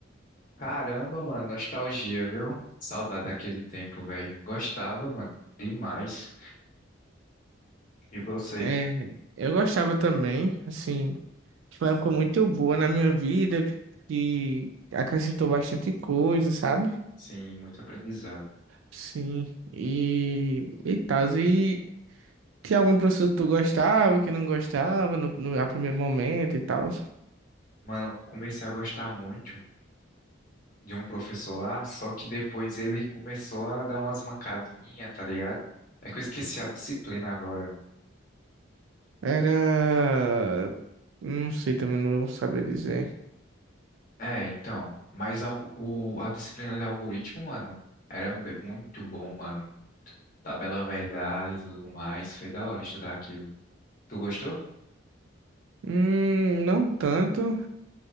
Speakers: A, on the left; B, on the right.
A: Caramba, mano, nostalgia, viu? Saudade daquele tempo, velho. Gostava, mano, demais. E você?
B: É, eu gostava também, assim, foi uma época muito boa na minha vida, que acrescentou bastante coisa, sabe?
A: Sim, muito aprendizado.
B: Sim, e, e tal. E tinha algum professor que tu gostava, que não gostava no, no, a primeiro momento e tal?
A: Mano, comecei a gostar muito de um professor lá, só que depois ele começou a dar umas mancadinhas, tá ligado? É que eu esqueci a disciplina agora.
B: Era. Não sei, também não vou saber dizer.
A: É, então, mas algo- o, a disciplina de algoritmo, mano, era be- muito bom, mano. tabela verdade e tudo mais. Foi da hora estudar aquilo. Tu gostou?
B: Hum, não tanto.